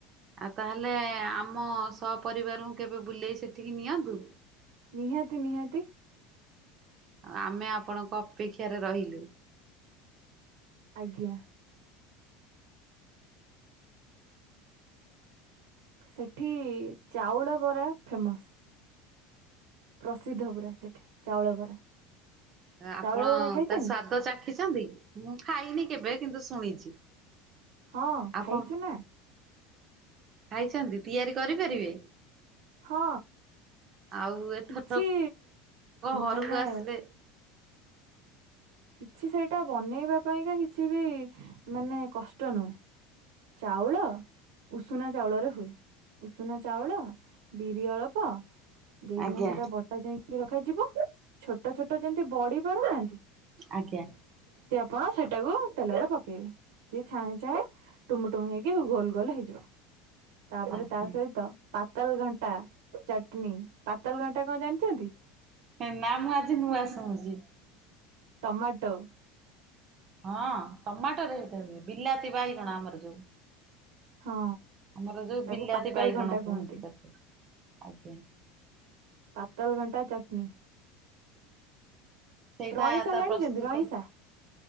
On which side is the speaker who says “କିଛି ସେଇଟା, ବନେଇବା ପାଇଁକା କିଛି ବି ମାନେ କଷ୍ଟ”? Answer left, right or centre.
Right